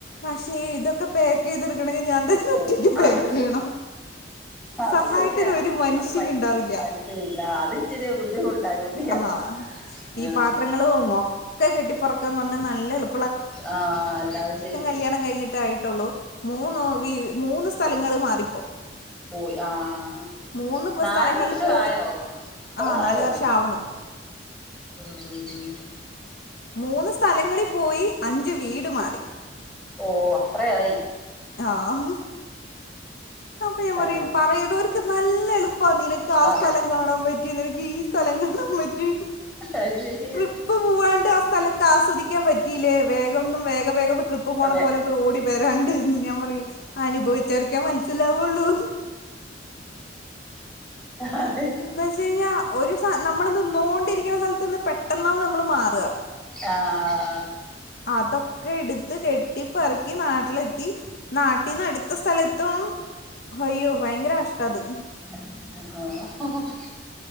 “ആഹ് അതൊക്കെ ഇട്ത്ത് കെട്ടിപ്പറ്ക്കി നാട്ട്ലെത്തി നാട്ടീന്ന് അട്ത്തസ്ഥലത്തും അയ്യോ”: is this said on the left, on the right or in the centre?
Left